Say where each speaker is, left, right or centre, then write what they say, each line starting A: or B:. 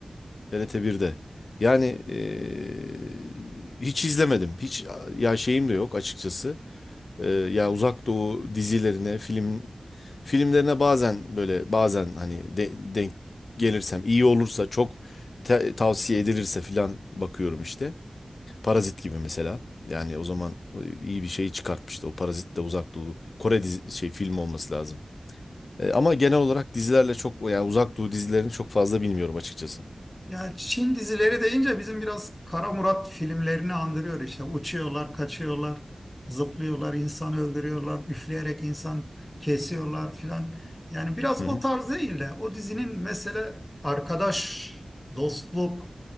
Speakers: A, on the left (about 70°); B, on the left (about 15°).
A: trt birde Yani e, hiç izlemedim. Hiç ya şeyim de yok açıkçası. Ee, yani Uzak Doğu dizilerine, film filmlerine bazen böyle bazen hani de- denk gelirsem iyi olursa çok te- tavsiye edilirse filan bakıyorum işte. Parazit gibi mesela. Yani o zaman e, iyi bir şey çıkartmıştı. O Parazit de Uzak Doğu Kore dizi, şey film olması lazım. Ee, ama genel olarak dizilerle çok yani Uzak Doğu dizilerini çok fazla bilmiyorum açıkçası.
B: Yani Çin dizileri deyince bizim biraz Kara Murat filmlerini andırıyor işte. Uçuyorlar, kaçıyorlar, zıplıyorlar, insan öldürüyorlar, üfleyerek insan kesiyorlar filan. Yani biraz
A: Hı
B: o
A: hı.
B: tarz değil de o dizinin mesele arkadaş, dostluk,